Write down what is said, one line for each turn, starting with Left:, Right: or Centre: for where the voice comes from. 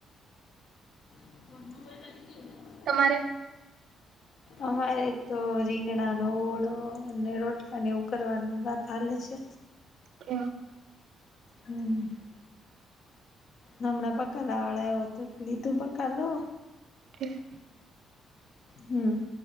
Left: <inaudible>
Right: તમારે
Left: અમારે તો રીંગણાનો ઓળો અને રોટલા ને એવુ કરવાનું વાત હાલે છે.
Right: કેમ
Left: હમ્મ. હમણાં બકાલા વાળો આઈવો તો લીધું બકાલુ
Right: ઠેક
Left: હમ્મ.